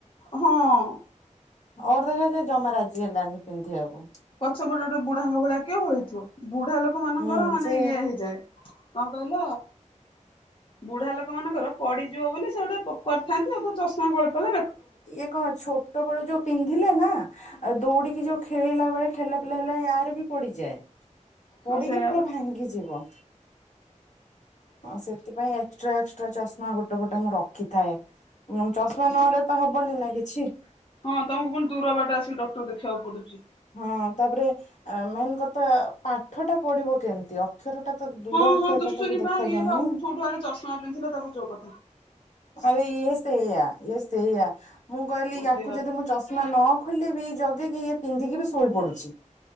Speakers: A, on the left; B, on the left.
A: ହଁ।
B: ଅର୍ ଦେଖଛ ଜମା ରାଜି ହେଲାଣି ପିନ୍ଧିବାକୁ।
A: ପଛ ପଟ ଗୋଟେ ବୁଢାଙ୍ଗ ଭଳିଆ କେଏ ଓହଳେଇଥିବ। ବୁଢା ଲୋକ ମାନଙ୍କର
B: ହୁଁ
A: ମାନେ
B: ସେ
A: ଇଏ ହେଇଯାଏ କଣ କହିଲ ବୁଢା ଲୋକ ମାନଙ୍କର ପଡିଯିବ ବୋଲି ସେ ଗୋଟେ କରିଥାନ୍ତି ଚଷମା ଗଳି ପଲେ।
B: ଇଏ କଣ ଛୋଟ ବେଳୁ ଯୋଉ ପିନ୍ଧିଲେ ନା। ଆଉ ଦୌଡିକି ଯୋଉ ଖେଳିଲା ବେଳେ ଠେଲା ପିଲା ହେଲେ ୟାର ବି ପଡିଯାଏ।
A: ହଁ
B: ପଡିକି
A: ସେଇଆ
B: ପୁରା
A: ପା
B: ଭାଙ୍ଗି ଯିବ। ହଁ ସେଥିପାଇଁ ଏକ୍ସଟ୍ରା ଏକ୍ସଟ୍ରା ଚଷମା ଗୋଟେ ଗୋଟେ ମୁଁ ରଖିଥାଏ ମୁ ଚଷମା ନହଲେ ତ ହବନି ନା କିଛି।
A: ହଁ ତମକୁ ପଣ ଦୂର ବାଟ ଆିକି ଡକ୍ଟର ଦେଖିବାକୁ ପଡୁଛି।
B: ହଁ ତାପରେ ମେନ୍ କଥା ପାଠ ଟା ପଢିବ କେମତି ଅ। ଅକ୍ଷର ଟା ତ ଦୂର
A: ହଁ
B: ଅକ୍ଷର
A: ହଁ ଦୁଶୁନି
B: ଟା ତାକୁ ଦେଖା
A: ପା ଇଏ
B: ଯାଉନି।
A: ପା ଉଠୁ ଉଠୁ ଆଗେ ଚଷମା ପିନ୍ଧିଲା ତାପରେ ଯୋଉ କଥା
B: ଆରେ ଏ ସେ ଏୟା ଏ ସେୟା। ମୁଁ କହିଲି
A: ହଁ
B: ୟାକୁ
A: ସେଇଆ ଆଉ
B: ଯଦି ମୁଁ ଚଷମା ନ ଖୋଲିବି ଜଗିକି ଇଏ ପିନ୍ଧିକି ବି ଶୋଇ ପଡୁଛି।